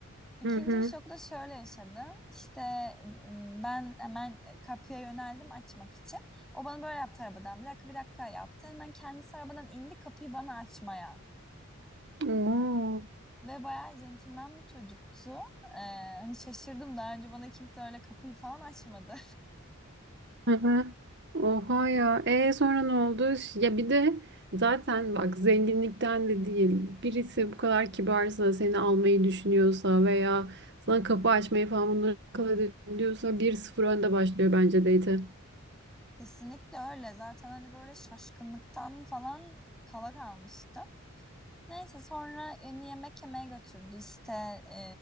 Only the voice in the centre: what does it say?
İkinci
bir şoku da şöyle yaşadım. İşte m, ben hemen kapıya yöneldim açmak için. O bana böyle yaptı arabadan. Bir dakika bir dakika yaptı. Hemen kendisi arabadan indi kapıyı bana açmaya.
Ve bayağı centilmen bir çocuktu. Ee, hani şaşırdım. Daha önce bana kimse öyle kapıyı falan açmadı.
Kesinlikle öyle. Zaten hani böyle şaşkınlıktan falan kala kalmıştım. Neyse sonra beni yemek yemeye götürdü. İşte e,